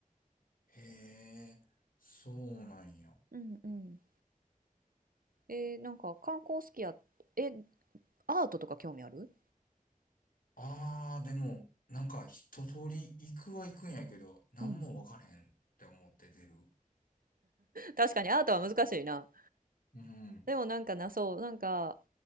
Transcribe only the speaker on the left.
へえ、そうなんや。
ああ、でも、なんか一通り行くは行くんやけど、なんもわからへんって思って出る。
うん。